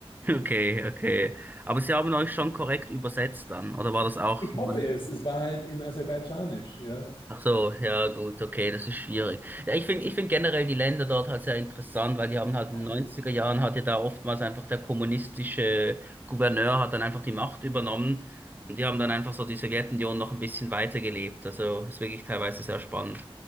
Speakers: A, on the right; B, on the left.
A: Okay, okay. Aber Sie haben euch schon korrekt übersetzt dann, oder war das auch?
B: Ich
A: Man-
B: hoffe es. Es war halt in Aserbaidschanisch. Ja.
A: Ach so, ja gut, okay, das ist schwierig. Ja, ich finde, ich finde generell die Länder dort halt sehr interessant, weil die haben halt in
B: Absolut.
A: den 90 Jahren hat ja da oftmals einfach der kommunistische Gouverneur hat dann einfach die Macht übernommen und die haben dann einfach so die Sowjetunion noch ein bisschen weitergelebt. Also ist wirklich teilweise sehr spannend.